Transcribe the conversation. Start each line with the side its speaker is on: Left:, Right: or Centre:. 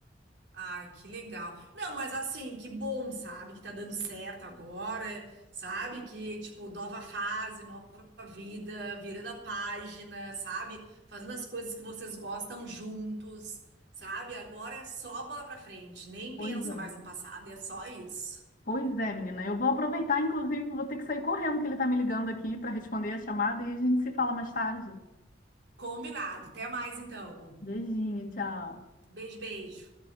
Right: Ai, que legal. Não, mas assim, que bom, sabe? Que tá dando certo agora, sabe? Que, tipo, nova fase, nova vida, virando a página, sabe? Fazendo as coisas que vocês gostam juntos, sabe? Agora é só bola pra frente, nem
Left: Pois
Right: pensa
Left: é.
Right: mais no passado, é só isso.
Left: Pois é, menina, eu vou aproveitar, inclusive, vou ter que sair correndo, que ele tá me ligando aqui para responder a chamada e a gente se fala mais tarde.
Right: Combinado. Até mais, então.
Left: Beijinho, tchau.
Right: Beijo, beijo.